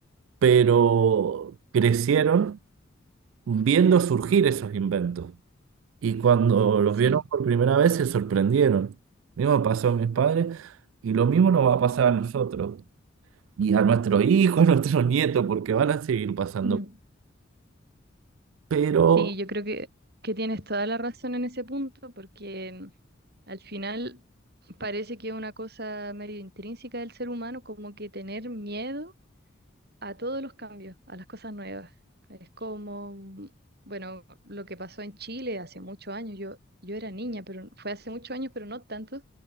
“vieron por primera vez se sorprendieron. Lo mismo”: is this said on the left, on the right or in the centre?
Right